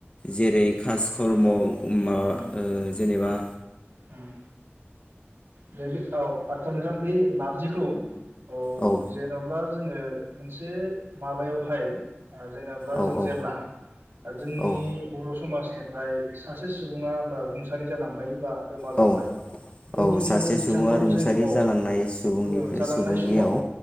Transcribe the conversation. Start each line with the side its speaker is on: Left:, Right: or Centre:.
Left: जेरै खास
Right: औ
Left: धर्म
Right: औ
Left: माबा
Right: उम
Left: ओ जेनेबा
Right: उम बे औ आतसा नोंथां बे नारजिखौ औ
Left: औ
Right: जेन'ब्ला जोङो मोनसे माबायावहाय जेनब्ला
Left: औ
Right: जों
Left: औ
Right: जेब्ला जोंनि
Left: औ
Right: बर' समाज बेनिफ्राय सासे सुबुङा बा रुंसारि जालांबाय बा गोमालांबाय
Left: औ
Right: बैदिन
Left: औ सासे
Right: खालि बिथांखौ
Left: सुबुङा रुंसारि
Right: जोङो औ
Left: जालांनाय सुबुंनिफ्राय
Right: जालांनाय
Left: सुबुंनियाव
Right: समाव